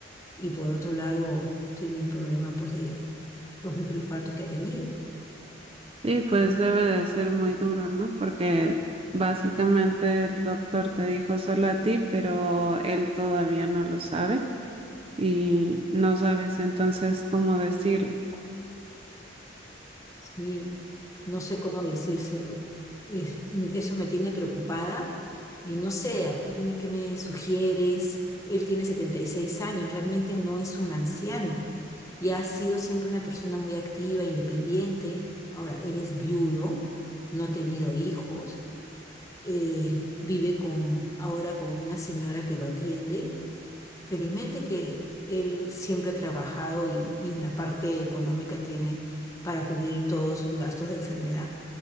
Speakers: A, on the left (about 15°); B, on the right (about 30°).
A: y por otro lado tiene el problema pues de los microinfartos que ha tenido.
B: Sí, pues debe de ser muy duro, ¿no? Porque básicamente el doctor te dijo solo a ti, pero él todavía no lo sabe y no sabes entonces cómo decirlo.
A: Sí, no sé cómo decírselo. Es- mm, eso me tiene preocupada y no sé, ¿a ¿qué me, qué me sugieres? Él tiene 76 años, realmente no es un anciano y ha sido siempre una persona muy activa, independiente. Ahora, él es viudo, no ha tenido hijos, eh, vive con, ahora con una señora que lo atiende Felizmente que él siempre ha trabajado y, y en la parte económica tiene para cubrir todos sus gastos de enfermedad.